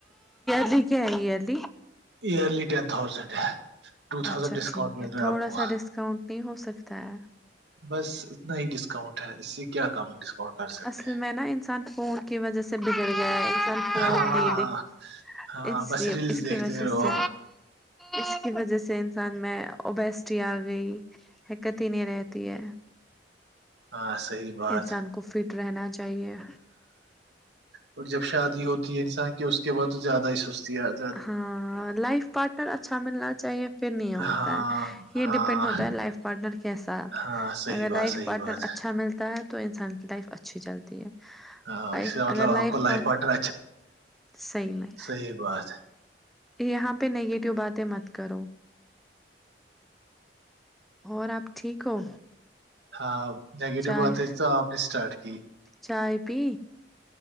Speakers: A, in the centre; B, on the right (about 70°).
A: <inaudible> ل کےلی
B: ایئرلی ٹین تھاؤزنڈ ہے ٹو تھاؤزینڈ
A: اچھا
B: ڈسکاؤنٹ
A: ٹھیک
B: مل
A: ہے
B: رہا
A: تھوڑا
B: آپ کو
A: سا ڈسکاؤنٹ نہیں ہو سکتا ہے
B: بس اتنا ہی ڈسکاؤنٹ ہے اس سے کیا کام ڈسکاؤنٹ کر سکتے
A: اصل میں نا انسان فون کی وجہ سے بگڑ گیا ہے انسان
B: ہیں
A: فون
B: ہاں
A: نہیں دے
B: ہاں
A: اس
B: بس
A: کی
B: ریلز
A: اس
B: دیکھتے
A: کی وجہ
B: رہو
A: سے اس کی وجہ سے انسان میں اوبسٹی آ گئی حرکت ہی نہیں رہتی ہے
B: ہاں صحیح بات
A: انسان کو فٹ رہنا چاہیے
B: اور جب شادی ہوتی ہے انسان کی اس کے بعد تو زیادہ ہی سستی آج
A: ہاں لائف پارٹنر اچھا ملنا چاہیے پھر نہیں ہوتا
B: ہاں
A: ہے یہ
B: ہاں
A: ڈیپینڈ ہوتا ہے لائف پارٹنر کیسا
B: ہاں صحیح
A: اگر
B: بات
A: لائف
B: صحیح
A: پارٹنر
B: بات
A: اچھا ملتا ہے تو انسان کی لائف اچھی چلتی ہے
B: ہاں اس کا مطلب
A: اگر
B: آپ
A: لائف
B: کو
A: پار
B: پارٹنر
A: صحیح میں
B: صحیح وات ہے
A: یہاں پہ نگیٹو باتیں مت کرو اور آپ ٹھیک ہو
B: ہاں نیگیٹو
A: چائے
B: باتیں تو آپ نے اسٹارٹ کی
A: چائے پی